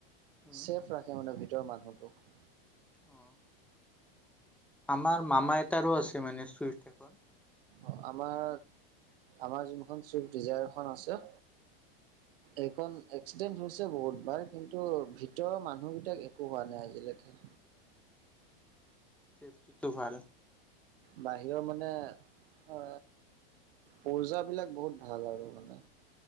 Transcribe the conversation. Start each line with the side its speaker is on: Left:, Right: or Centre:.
Centre: উম
Right: ছেফ ৰাখে মানে ভিতৰৰ মানুহটোক।
Centre: অ আমাৰ মামা এটাৰো আছে মানে চুইট এখন।
Right: অ' আমাৰ আমাৰ যোনখন চুইফট ডিজায়াৰখন আছে এইখন এক্সিডেণ্ট হৈছে বহুতবাৰ কিন্তু ভিতৰৰ মানুহবেইটাক একো হোৱা নাই আজিলৈকে।
Centre: চেফটিটো ভাল।
Right: বাহিৰৰ মানে আ পৰ্জাবিলাক বহুত ভাল আৰু মানে